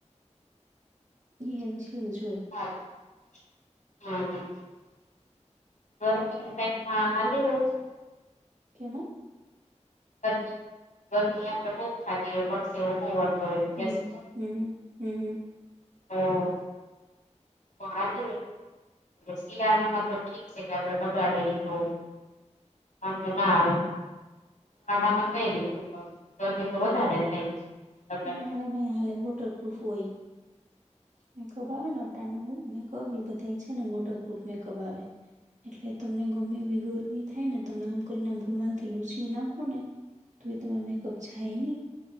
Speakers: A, on the right; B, on the left.
A: ઈ એમ સેમ જ હોય
B: હારૂ હા હા બર હ ગ
A: કેમ
B: ગરમી ગરમી આપડે બહુ થાતી હોય પડશે બહુ વળતો હોય કે
A: હમ હમ હ હમ હમ
B: હા વાાલ શિયાળામાં તો ઠીક છે કે આપડે લગાડે તો હ ના માં થઈ ર ગરમી તો વધારે થાયડી
A: ઉનાળામાં હાલે વટરપ્રૂફ હોય મેકઅપ આવે ને અા ન મેકઅપ એ બધા છે ને વોટરપ્રુફ મેકઅપ આવે એટલે તમને ગમે એવી ગરમી થાય ને તમે આમ કરીને ભૂમાલ થી લૂસી નાખો ને તું એ તમાર મેકઅપ જાય ન